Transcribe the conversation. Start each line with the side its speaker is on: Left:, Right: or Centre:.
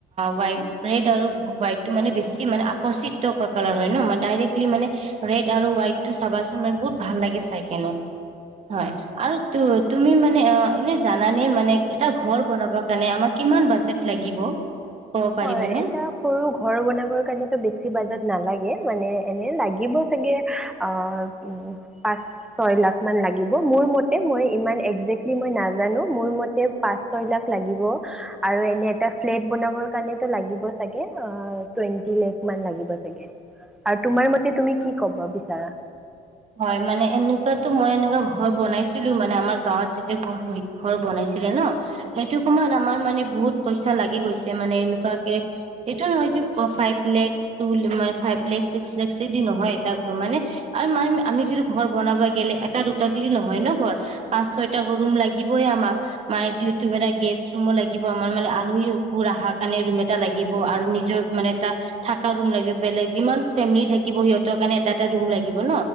Right: হাইট ৰেড আৰু হোৱাইটটো মানে বেছি মানে আকৰ্ষিত কালাৰ হয় ন মই ডাইৰেক্টলি মানে ৰেড আৰু হোৱাইট টো চাবাচোন ম বহুত ভাল লাগে চাই কিনে। হয় আৰু ত তুমি মানে অ এনে জানানে মানে এটা ঘৰ বনাবৰ কাৰণে আমাৰ কিমান বাজেট, লাগিব? ক'ব পাৰিবানে?
Centre: হয় এটা সৰু ঘৰ বনাবৰ কাৰণটো বেছি বাজত নালাগে। মানে এনে লাগিব চাগে আ উম, পাঁচ ছয় লাখ মান লাগিব মোৰ মতে মই ইমান একজেক্টলি মই নাজানো। মোৰ মতে পাঁচ ছয় লাখ লাগিব। আৰু
Right: হয়
Centre: এনে
Right: হয়
Centre: এটা ফ্লেট বনাবৰ এনে টো লাগিব চাগে আ টুৱেন্টি লাখ মান লাগিব ছাগে। আৰু তোমাৰ মতে তুমি কি কব বিচাৰা?
Right: হয়, মানে এনেকুৱাতো মই এনেকুৱা ঘৰ বনাইছিলো মানে আমাৰ গাঁৱত যেতিয়া ঘৰ হৈ ঘৰ বনাইছিলে ন, সেইটো সময়ত আমাৰ মানে বহুত পইচা লাগি গৈছে মানে এনেকুৱাকে, এইটো নহয় যে ফাইভ লেক্স টো ফাই লেক্স, ছিক্স লেক্স দি নহয় এটা ঘৰ মানে, আৰু মানে, আমি যিটো ঘৰ বনাব গেলে এটা দুটা তি নহয় ন ঘৰ। পাঁচ ছয়টা ৰুম লাগিব‌ই আমাক। মানে যিহেতু মানে গেষ্ট ৰুমো লাগিব আমাৰ মানে আলহীবোৰ অহাৰ কাৰণে ৰুম এটা লাগিব। আৰু নিজৰ মানে এটা থকা ৰুম লাগিব বেলেগ যিমান ফেমিলি থাকিব সিহঁতৰ কাৰণে এটা এটা ৰুম লাগিব ন,